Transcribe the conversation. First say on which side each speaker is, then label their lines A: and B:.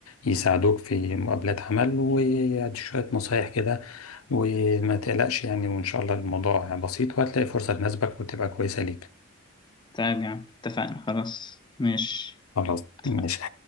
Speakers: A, on the left (about 85°); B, on the left (about 20°).
A: يساعدوك في مقابلات عمل وادي شويه نصايح كده وما تقلقش يعني وان شاء الله الموضوع بسيط وهتلاقي فرصه تناسبك وتبقى كويسه ليك
B: طيب يا عم اتفقنا خلاص ماشي
A: خلاص
B: اتفقنا
A: مش